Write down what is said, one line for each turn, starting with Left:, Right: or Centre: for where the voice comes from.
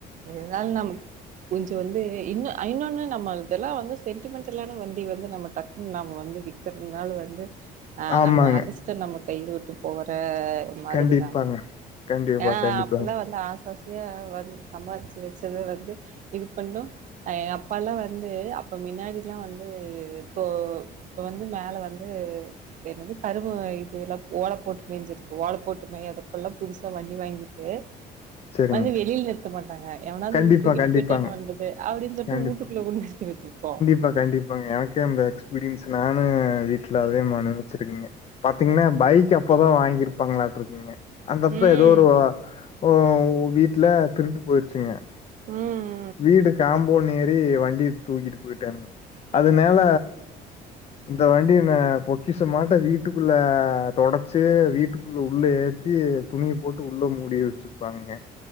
Right: இதால நமக் கொஞ்ச வந்து இன்னு இன்னொன்னு நம்ம இதெல்லா வந்து சென்டிமெண்டலான வண்டி வந்து நம்ம டக்குன்னு நாம வந்து விக் கிறதுனால வந்து அ
Left: ஆமாங்க
Right: நம்ம அதிஷ்ட நம்ம கைய விட்டு போற மாதிரிதா
Left: கண்டிப்பாங்க கண்டிப்பா
Right: ஏனா
Left: கண்டிப்பாங்க
Right: அப்பெலா வந்து ஆசையாசையா வந்து சம்பாதிச்சு வச்சத வந்து இது பண்ணு அ அப்ப எலா வந்து அப்ப மின்னாடிலா வந்து தோ இப்ப வந்து மேல வந்து என்னது கருவோ இது எலா ஓல போட்டு மேஞ்சிருக்கு ஓல போட்டுமே அதப் இப்ப எல்லா புதுசா வண்டி வாங்கிட்டு
Left: சரிங்க
Right: வந்து வெளில நிரு த்த மாட்டாங்க எவனாது
Left: கண்டிப்பா
Right: வந்து தூக்கிட்டு
Left: கண்டிப்பாங்க
Right: போயிட்டா என்ன வன்றது அப்டின்னு சொல்லிட்டு
Left: கண்டிப்பா
Right: ஊட்டுகுள்ள கொண்டு நிருத்தி வச்சிருப்போ
Left: கண்டிப்பா கண்டிப்பாங்க எனக்கு அந்த எக்ஸ்பீரியன்ஸ் நானு வீட்ல அதே மாறி அனுபவிச்சிருக்கிங்க பாத்தீங்கனா பைக் அப்பதா வாங்கிருப்பாங்களாட்டிற்குங்க அந்தப்ப
Right: ம்
Left: ஏதோ ஒரு ஓ வீட்ல திருட்டு போயிருச்சுங்க
Right: ம் ம்
Left: வீடு காம்பவுண்ட் ஏறி வண்டிய தூக்கிட்டு போயிட்டான்ங் அதனால இந்த வண்டிய நா பொக்கிஷ மாட்ட வீட்டுக்குள்ள தொடச்சு வீட்டுக்குள்ள உள்ள ஏத்தி துணிய போட்டு உள்ள மூடியே வச்சுருப்பாங்கங்க